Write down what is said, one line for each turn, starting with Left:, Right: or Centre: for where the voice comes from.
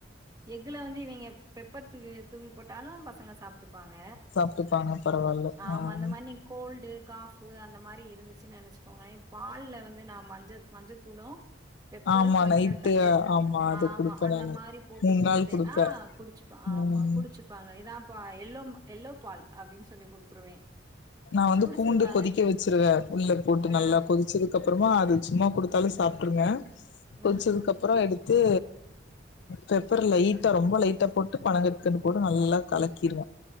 Right: எக்குல வந்து இவிங்க பெப்பர் து தூவி போட்டாலு பசங்க சாப்ட்டுப்பாங்க
Left: சாப்ட்டுப்பாங்க பரவால்ல
Right: ஆமா
Left: ஆ
Right: இந்த மாரி நீங்க கோல்டு காஃபு அந்த மாரி இருந்துச்சுன்னு நெனைச்சுக்கோங்களே பால்ல வந்து நா மஞ்ச மஞ்சத்தூளு பெப்பரு
Left: ஆமா
Right: பனங்கற்கண்டு
Left: நைட்டு அது
Right: ஆமா
Left: குடுப்பே
Right: அந்த
Left: நானு
Right: மாரி போட்டு
Left: மூண்
Right: குடுத்தேன்னா
Left: நாள் குடுப்பே
Right: குடிச்சு ஆமா
Left: ம்
Right: குடிச்சுப்பாங்க இதான்ப்ப எல்லோ எல்லோ பால் அப்டின் சொல்லி குடுத்துருவே
Left: நான் வந்து
Right: குடிச்சிருவாங்க
Left: கூண்டு கொதிக்க வச்சிருவே உள்ள போட்டு
Right: ஆ
Left: நல்லா கொதிச்சது அதுக் அப்றமா அது சும்மா குடுத்தாலு சாப்ட்ருங்க கொதிச்சதுக்குப்ற
Right: ம் ம்
Left: எடுத்து பெப்பர் லைட்டா ரொம்ப லைட்டா போட்டு பணங்கற்கண்டு போட்டு நல்லா கலக்கிருவே